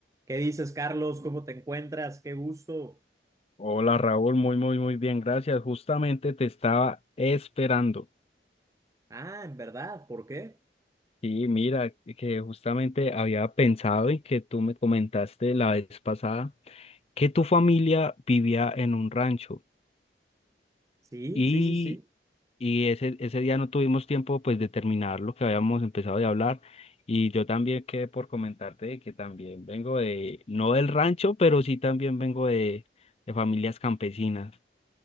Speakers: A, on the right; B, on the left.
A: ¿Qué dices, Carlos? ¿Cómo te encuentras? Qué gusto.
B: Hola Raúl, muy, muy, muy bien, gracias. Justamente te estaba esperando.
A: Ah, en verdad, ¿por qué?
B: Sí, mira, que justamente había pensado y que tú me comentaste la vez pasada que tu familia vivía en un rancho
A: Sí,
B: y,
A: sí, sí, sí.
B: y ese, ese día no tuvimos tiempo pues de terminar lo que habíamos empezado de hablar y yo también quedé por comentarte de que también vengo de, no del rancho, pero sí también vengo de, de familias campesinas.